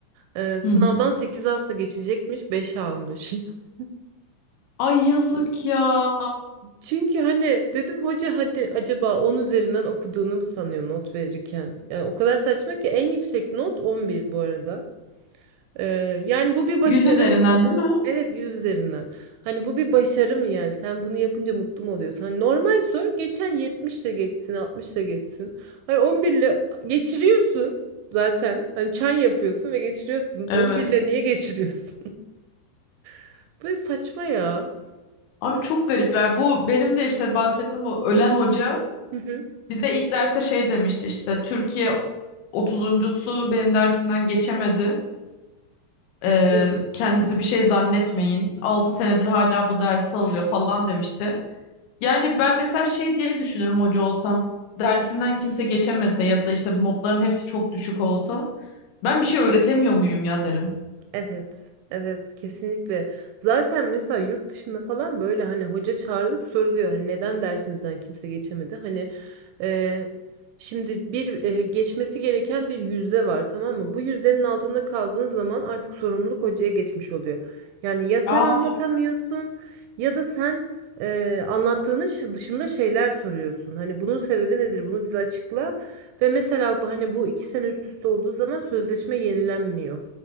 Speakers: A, on the right (about 80°); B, on the left (about 75°).
A: E, sınavdan
B: Hı hı.
A: 8 alsa geçecekmiş, 5 almış. <laughs>
B: Ay yazık ya.
A: Çünkü hani dedim hoca hadi acaba 10 üzerinden okuduğunu mu sanıyor not verirken? Yani o kadar saçma ki en yüksek not 11 bu arada. Ee, yani bu bir başarı
B: Yüz üzerinden
A: mı?
B: değil mi?
A: Evet 100 üzerinden. Hani bu bir başarı mı yani? Sen bunu yapınca mutlu mu oluyorsun? Hani normal sor geçen 70 de geçsin 60 da geçsin. Hani 11 ile geçiriyorsun zaten. Hani çan yapıyorsun ve geçiriyorsun.
B: Evet.
A: 11 ile niye geçiriyorsun? <laughs> Böyle saçma ya.
B: Abi çok garipler. Bu benim de işte bahsettiğim o ölen hoca
A: Hı hı.
B: bize ilk derse şey demişti işte Türkiye Otuzuncusu benim dersimden geçemedi. Ee,
A: Yok.
B: kendinizi bir şey zannetmeyin. 6 senedir hala bu dersi alıyor falan demişti. Yani ben mesela şey diye düşünürüm hoca olsam. Dersimden kimse geçemese ya da işte notların hepsi çok düşük olsa. Ben bir şey öğretemiyor muyum ya derim.
A: Evet, evet kesinlikle. Zaten mesela yurt dışında falan böyle hani hoca çağrılıp soruluyor. Hani neden dersinizden kimse geçemedi? Hani e, şimdi bir e, geçmesi gereken bir yüzde var tamam mı? Bu yüzdenin altında kaldığın zaman artık sorumluluk hocaya geçmiş oluyor. Yani ya sen
B: Aa,
A: anlatamıyorsun ya da sen e, anlattığının şı- dışında şeyler soruyorsun. Hani bunun sebebi nedir? Bunu bize açıkla. Ve mesela bu- hani bu iki sene üst üste olduğu zaman sözleşme yenilenmiyor.